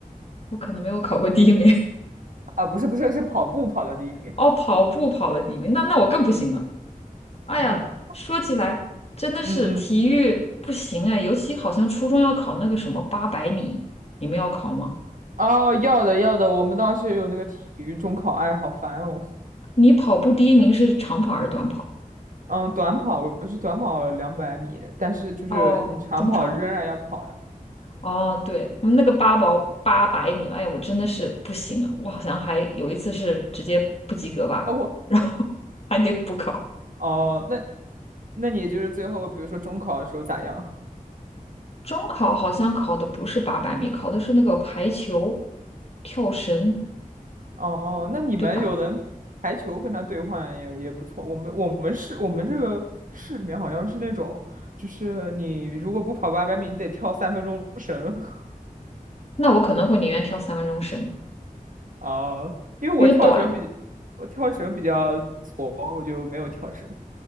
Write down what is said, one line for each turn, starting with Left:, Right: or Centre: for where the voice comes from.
Left: 我可能没有考过第一名。
Right: 啊，不是不是，是跑步跑到第一名。
Left: <laughs> 哦，跑步跑了第一名，那那我更不行了。哎呀，
Right: <laughs>
Left: 说起来真的是体育不行哎，
Right: 嗯嗯，
Left: 尤其好像初中要考那个什么八百米，你们要考吗？
Right: 哦，要的要的，我们当时也有那个体育中考，哎，好烦哦。
Left: 你跑步第一名是长跑还是短跑？
Right: 嗯，短跑我是短跑两百米，但是就是你长跑仍然要跑呀。
Left: 哦，中长跑。哦，对，我们那个八宝八百米，哎呀，我真的是不行了。我好像还有一次是直接不及格吧，
Right: 哦，我
Left: 然后 <laughs> 还得补考。
Right: 哦，那那你就是最后，比如说中考的时候咋样？
Left: 中考好像考的不是八百米，考的是那个排球、跳绳，
Right: 哦，那你们有人排球跟他兑换也也不错。
Left: 对吧？
Right: 我们我们市我们这个市里面好像是那种，就是你如果不跑八百米，你得跳三分钟绳。<laughs>
Left: 那我可能会宁愿跳三分钟绳，
Right: 啊。因为我跳绳比我跳绳比较矬，
Left: 因为短。
Right: 我就没有跳绳。